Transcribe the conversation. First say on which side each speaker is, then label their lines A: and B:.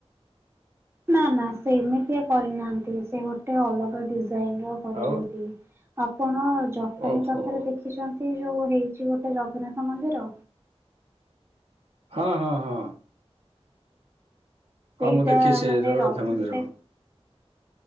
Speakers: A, on the right; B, on the right.
A: ନା ନା ସେମିତିଆ କରିନାହା। ତି ସେ ଗୋଟେ ଅଲଗା ଡିଜାଇନ ର କରିଛନ୍ତି।
B: ଆଉ
A: ଆପଣ ଜଟଣୀ
B: ଓହୋ
A: ପାଖରେ ଦେଖିଛନ୍ତି ଯୋଉ କୋଉଠି ହେଇଛି ଗୋଟେ ଜଗନ୍ନାଥ ମନ୍ଦିର
B: ହଁ ହଁ ହଁ। ହଁ
A: ସେଇଟା
B: ମୁଁ ଦେଖିଛି ସେ
A: ମାନେ
B: ଜଗନ୍ନାଥ
A: ରଥନ
B: ମନ୍ଦିର
A: ସେ